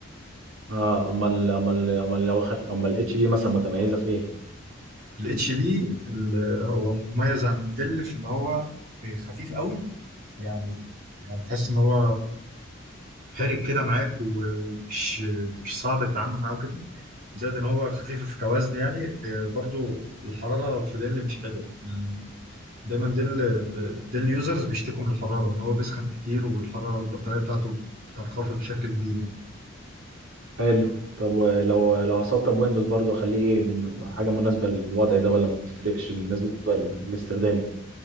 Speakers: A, on the right (about 80°); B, on the right (about 45°).
A: اه اما ال اما ال اما لو خدت اما الاتش بي مثلا متميزه في ايه
B: الاتش بي هو مميز عن ديل في ان هو آه، خفيف قوي يعني يعني تحس ان هو حرك كده معاك و- ومش مش صعب التعامل معاه كده زائد ان هو خفيف في كوزن يعني آه، برضو الحراره في ديل مش حلوه آه، دايما ديل آه، ديل يوزرز بيشتكوا من الحراره ان هو بيسخن كتير والحراره البطاريه بتاعته بتنخفض بشكل كبير يعني
A: حلو طب ولو لو هسطب ويندوز برضو اخليه ايه بإنه حاجه مناسبه للوضع ده ولا ما بتفرقش بالنسبه ل- لاستخدامي